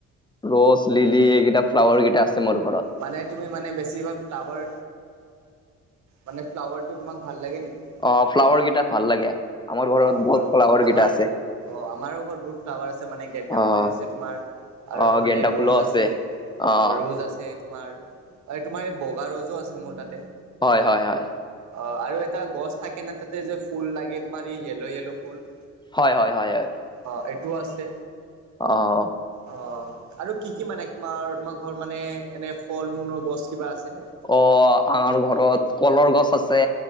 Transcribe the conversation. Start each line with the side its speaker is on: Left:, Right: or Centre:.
Left: ৰ'জ, লিলি এইকেইটা ফ্লাৱাৰকেইটা আছে মোৰ ঘৰত।
Right: মানে তুমি মানে বেছিভাগ ফ্লাৱাৰ, মানে ফ্লাৱাৰটো তোমাক ভাল লাগে নেকি।
Left: অ' ফ্লাৱাৰ কেইটা ভাল লাগে আমাৰ ঘৰত
Right: অ
Left: বহুত
Right: হয়
Left: ফ্লাৱাৰ
Right: আমাৰ
Left: কেইটা আছে।
Right: অ' আমাৰো ঘৰত বহুত ফ্লাৱাৰ আছে মানে গেন্দা
Left: অ'
Right: ফুল আছে তোমাৰ। আৰুজ
Left: অ'
Right: মানে
Left: গেন্দা
Right: ৰ'জ
Left: ফুলো
Right: আছে,
Left: অ'
Right: ৰ'জ আছে। তোমাৰ, তোমাৰ এই বগা ৰ'জো আছে মোৰ তাতে।
Left: হয় হয় হয়।
Right: অ' আৰু এটা গছ থাকে নে তাতে যে ফুল লাগে তোমাৰ এই য়েলো য়েলো ফুল।
Left: হয় হয় হয় হয়।
Right: অ' এইটো আছে।
Left: অ'।
Right: অ' আৰু কি কি মানে তোমাৰ, তোমাৰ ঘৰত মানে এনে ফল মূনৰ গছ কিবা আছে নে?
Left: অ' আমাৰ ঘৰত কলৰ গছ আছে।